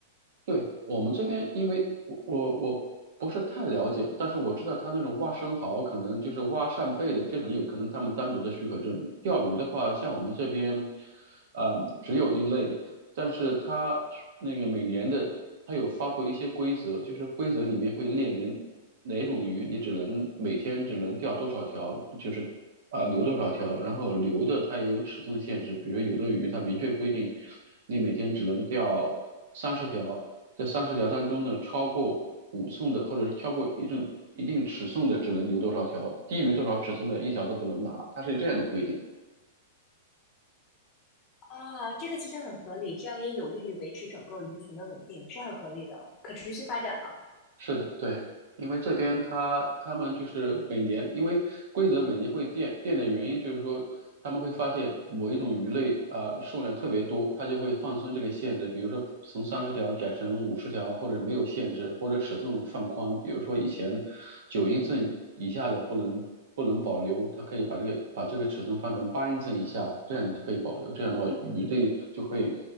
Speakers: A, on the right; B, on the left.
A: 对，我们这边，因为我我我不是太了解，但是我知道他那种挖生蚝，可能就是挖扇贝的这种，有可能他们单独的许可证。钓鱼的话，像我们这边，呃，只有一类，但是它那个每年的，它有发布一些规则，就是规则里面会列明哪种鱼你只能每天只能钓多少条，就是啊、留多少条，然后留的它也有尺寸限制，比如有的鱼它明确规定你每天只能钓三十条。这三十条当中呢，超过五寸的，或者是超过一定一定尺寸的，只能留多少条，低于多少尺寸的一条都不能拿，它是有这样的规定。
B: 啊。这个其实很合理，这样也有利于维持整个鱼群的稳定，是很合理的，可持续发展嘛。
A: 是的，对，因为这边他他们就是每年，因为规则每年会变，变的原因就是说他们会发现某一种鱼类啊、呃数量特别多，他就会放松这个限制，比如说从三十条改成五十条，或者没有限制，或者尺寸放宽，比如说以前九英寸以下的不能不能保留，他可以把这个把这个尺寸放成八英寸以下，这样你就可以保留，这样的话鱼类就会